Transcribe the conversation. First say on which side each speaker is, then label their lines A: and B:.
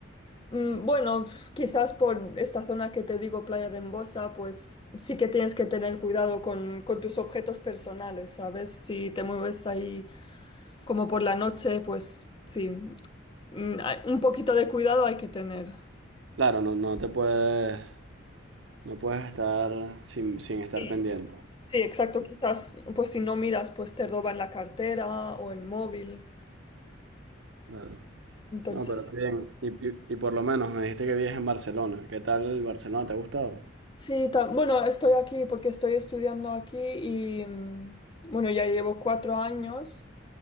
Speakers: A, on the left; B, on the right.
A: Mm, Bueno, pf, quizás por esta zona que te digo, Playa de Embosa, pues sí que tienes que tener cuidado con, con tus objetos personales, ¿sabes? Si te mueves ahí como por la noche, pues sí, mm, hay- un poquito de cuidado hay que tener.
B: Claro, no, no te puedes, no puedes estar sin, sin estar
A: Sí,
B: pendiente.
A: sí, exacto. Quizás, pues si no miras, pues te roban la cartera o el móvil.
B: Claro.
A: Entonces,
B: No, pero qué bien. Y, y- y por lo menos me dijiste que vives en Barcelona. ¿Qué tal el Barcelona? ¿Te ha gustado?
A: Sí, ta- bueno, estoy aquí porque estoy estudiando aquí y mm, bueno, ya llevo cuatro años